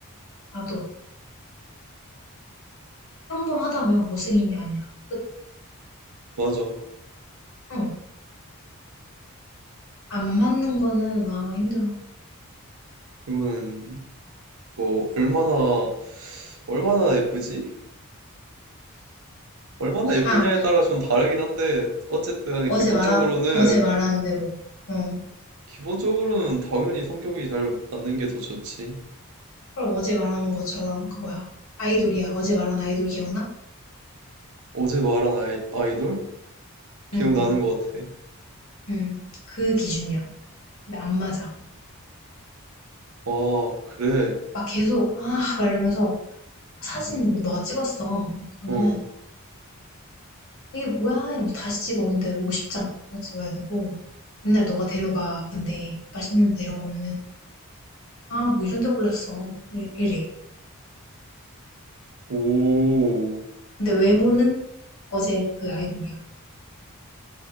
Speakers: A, on the left; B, on the right.
A: 나도 평범하다며 못생긴 게 아니라. 끝.
B: 맞아.
A: 응. 안 맞는 거는, 아, 힘들어.
B: 이거는 뭐, 얼마나, 얼마나 예쁘지? 얼마나 예쁘냐에
A: 아,
B: 따라 좀 다르긴 한데, 어쨌든
A: 어제
B: 기본적으로는
A: 말한, 어제 말한 대로. 어.
B: 기본적으로는 당연히 성격이 잘 맞는 게 더 좋지.
A: 그럼 어제 말한 것처럼 그거야. 아이돌이야. 어제 말한 아이돌 기억나?
B: 어제 말한 아이, 아이돌? 기억나는
A: 응, 응,
B: 것 같아.
A: 응. 그 기준이야. 근데 안 맞아.
B: 아, 그래.
A: 막 계속, 아, 막 이러면서. 사진 뭐 너가 찍었어. 그러면은
B: 어.
A: 이게 뭐야? 이러면서 다시 찍어. 근데 50장, 장백 장 찍어야 되고 맨날 너가 데려가. 근데 맛있는 데 데려가면은 아, 뭐 이런 데 골랐어. 이래. 이래.
B: 오.
A: 근데 외모는 어제 그 아이돌이야.